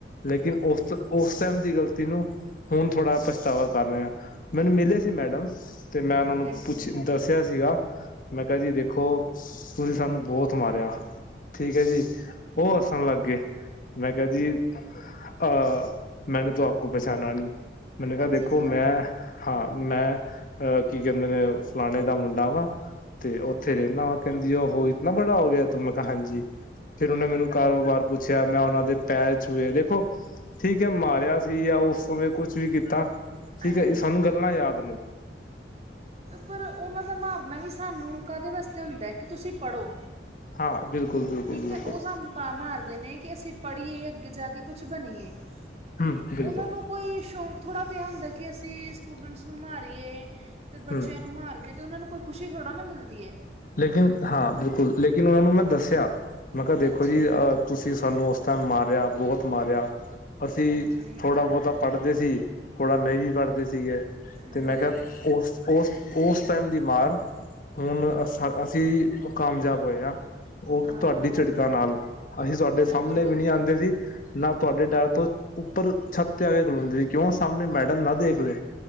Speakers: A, on the left; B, on the right.
A: ਲੇਕਿਨ ਓਸ-ਓਸ ਟੈਮ ਦੀ ਗ਼ਲਤੀ ਨੂੰ ਹੁਨ ਥੋੜਾ ਪਛਤਾਵਾ ਕਾਰ ਰੇਆ‌ਂ। ਮੈਨੂੰ ਮਿਲੇ ਜੇ ਮੈਡਮ, ਤੇ ਮੈਂ ਓਨਾਂ ਨੂੰ
B: ਹਾਂਜੀ
A: ਪੁੱਛ ਦੱਸੇਆ ਸੀਗਾ। ਮੈਂ ਕੇਆ ਜੀ ਦੇਖੋ ਤੁਸੀ ਸਾਨੂੰ ਬੋਤ ਮਾਰੇਆ। ਠੀਕ ਐ ਜੀ, ਓ ਹੱਸਨ ਲਾੱਗ ਗੇ। ਮੈਂ ਕੇਆ ਜੀ ਅ ਮੈਨੇ ਤੋ ਆਪ ਕੋ ਪਛਾਨਾ ਨੀ, ਮੈਨੇ ਕਾ
B: ਅੱਛਾ
A: ਦੇਖੋ
B: ਜੀ
A: ਮੈਂ ਹਾਂ, ਮੈਂ ਅ ਕੀ ਕੈਂਦੇ ਨੇ ਓ ਫਲਾਨੇ ਦਾ ਮੁੰਡਾ ਵਾਂ, ਤੇੇ ਓ ਥੇਰੇ ਨਾ ਓ ਕੈਂਦੀ ਓ ਹੋ ਇਤਨਾ ਬੜਾ ਹੋ ਗੇਆ ਤੂੰ। ਮੈਂ ਕੇਆ ਹਾਂਜੀ, ਫੇਰ ਓਨੇ ਮੈਨੂੰ ਕਾਰੋਬਾਰ ਪੁੱਛੇਆ, ਮੈਂ ਓਨਾਂ ਦੇ ਪੈਰ ਛੂਏ, ਦੇਖੋ ਠੀਕ ਐ ਮਾਰੇਆ ਸੀ ਯਾ ਓਸ ਸਮੇਂ ਕੁਛ ਵੀ ਕੀਤਾ, ਠੀਕ
B: ਹਾਂਜੀ
A: ਐ ਸਾਨੂੰ ਗੱਲਾਂ ਯਾਦ ਨੇ।
B: ਪਰ ਓਨਾਂ ਦਾ ਮਾਰਨਾ ਵੀ ਸਾਨੂੰ ਕਾਦੇ ਵਾਸਤੇ ਹੁੰਦੈ ਕਿ ਤੁਸੀ ਪੜੋ।
A: ਹਾਂ, ਬਿਲਕੁਲ। ਬਿਲਕੁਲ
B: ਠੀਕ
A: ਬਿਲਕੁਲ
B: ਐ ਓ ਸਾਨੂੰ ਤਾਂ ਮਾਰਦੇ ਨੇ ਕੇ ਅਸੀ ਪੜੀਏ, ਅੱਗੇ ਜਾ ਕੇ ਕੁਛ ਬਨੀਏ।
A: ਹਮ ਬਿਲਕੁਲ
B: ਓਨਾਂ ਨੂੰ ਕੋਈ ਸ਼ੌਂਕ ਥੋੜਾ ਪੇਆ ਹੁੰਦੈ ਕਿ ਅਸੀ ਸਟੂਡੈਂਟਸ ਨੂੰ ਮਾਰੀਏ, ਤੇ ਬੱਚੇਆਂ
A: ਹਮ
B: ਨੂੰ ਮਾਰ ਕੇ ਤੇ ਓਨਾਂ ਨੂੰ ਕੋਈ ਖੁਸ਼ੀ ਥੋੜਾ ਨਾ ਮਿਲਦੀ ਏ।
A: ਲੇਕਿਨ ਹਾਂ, ਬਿਲਕੁਲ ਲੇਕਿਨ ਓਨਾਂ ਨੂੰ ਮੈਂ ਦੱਸੇਆ, ਮੈਂ ਕਾ ਦੇਖੋ
B: ਅੱਛਾ
A: ਜੀ ਅ ਤੁਸ ਤੁਸੀ ਸਾਨੂੰ ਓਸ ਟੈਮ ਮਾਰੇਆ, ਬੋਤ ਮਾਰੇਆ। ਅਸੀ
B: ਹਾਂਜੀ
A: ਥੋੜਾ ਬੋਤਾ ਪੜਦੇ ਸੀ, ਥੋੜਾ ਨ‌ਈ ਵੀ ਪੜਦੇ ਸੀਗੇ।
B: ਹੂੰ
A: ਤੇ ਮੈਂ ਕੇਆ ਓਸ-ਓਸ, ਓਸ ਟੈਮ ਦੀ ਮਾਰ ਹੁਨ ਅਸ ਹ ਅਸੀ ਕਾਮਜਾਬ ਹੋਏ ਆਂ। ਓ
B: ਹਾਂ
A: ਤੁਆਡੀ ਝਿੜਕਾਂ ਨਾਲ, ਅਹੀ ਤੁਆਡੇ
B: ਬਿਲਕੁਲ
A: ਸਾਮਨੇ
B: ਬਿਲਕੁਲ
A: ਵੀ ਨੀ ਆਂਦੇ ਸੀ। ਨਾ ਤੁਆਡੇ ਡਰ ਤੋ ਉੱਪਰ ਛਾੱਤ ਤੇ ਆ ਕੇ ਖਲੋਂਦੇ ਸੀ ਕਿਓਂ ਸਾਮਨੇ ਮੈਡਮ ਨਾ ਦੇਖ ਲੇ।